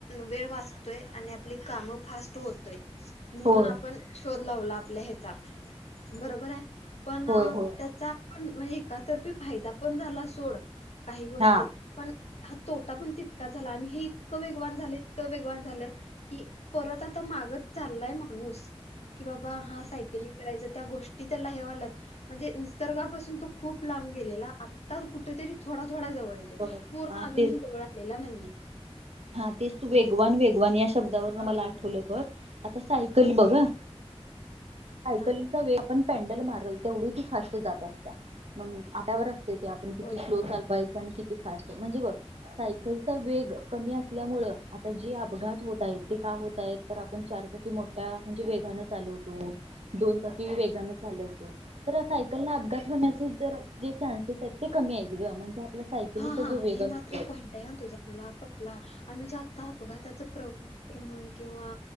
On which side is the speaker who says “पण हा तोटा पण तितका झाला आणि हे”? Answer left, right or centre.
Left